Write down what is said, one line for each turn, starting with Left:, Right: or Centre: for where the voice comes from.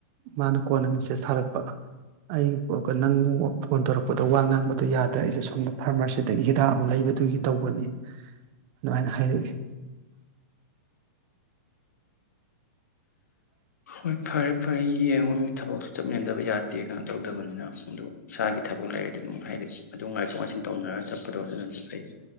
Right: ꯃꯥꯅ ꯀꯣꯟꯅ ꯃꯦꯁꯦꯖ ꯊꯥꯔꯛꯄ ꯑꯩ ꯅꯪ ꯐꯣꯟ ꯇꯧꯔꯛꯄꯗꯣ ꯋꯥ ꯉꯥꯡꯕꯗ ꯌꯥ ꯑꯗꯨꯗ ꯑꯩꯁꯨ ꯁꯣꯝꯗ ꯐꯥꯔꯃꯥꯁꯤꯗꯒꯤ ꯍꯤꯗꯥꯛ ꯑꯃ ꯂꯩꯕꯗꯨꯒꯤ ꯇꯧꯕꯅꯤ ꯑꯗꯨꯃꯥꯏꯅ ꯍꯥꯏꯔꯛꯏ
Left: ꯍꯣꯏ ꯐꯔꯦ ꯐꯔꯦ ꯌꯦꯡꯉꯣ ꯃꯤ ꯊꯕꯛ ꯆꯠ ꯃꯤꯟꯅꯗꯕ ꯌꯥꯗꯦ ꯀꯩꯅꯣ ꯇꯧꯗꯕꯅꯤꯅ ꯑꯗꯨ ꯏꯁꯥꯒꯤ ꯊꯕꯛ ꯂꯩꯔꯗꯤ ꯑꯗꯨꯝ ꯍꯥꯏꯗꯤ ꯑꯗꯨ ꯉꯥꯏꯊꯣꯛ ꯉꯥꯏꯁꯤꯟ ꯇꯧꯅꯔꯒ ꯆꯠꯄꯗꯣ ꯑꯗꯨꯅꯁꯨ ꯐꯩ